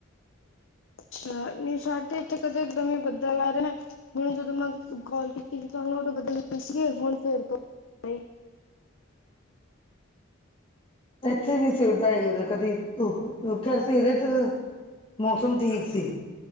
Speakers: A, on the left (about 70°); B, on the left (about 25°).
A: ਅੱਛਾ ਨੀ ਸਾਡੇ ਇੱਥੇ ਕਦੇ ਇਕਦਮ ਹੀ। ਬੰਦਾ ਲਾ ਦੇਣਾ ਹੁਣ ਜਦੋਂ ਮੈਂ ਕਾਲ ਕੀਤੀ ਸੀ ਤਾਂ ਉਹ ਉਹਦੋਂ ਬਦਲ ਗੇ ਸੀਗੇ ਹੁਣ ਫੇਰ ਤੋਂ, ਵੀ
B: <unintelligible> ਇੱਥੇ ਵੀ ਸਿਰ ਤਾਂ ਹੀ ਹੋ ਰਿਹਾ ਕਦੀ ਧੁੱਪ ਖਰ ਸਰੇ ਤੇ, ਮੌਸਮ ਠੀਕ ਸੀ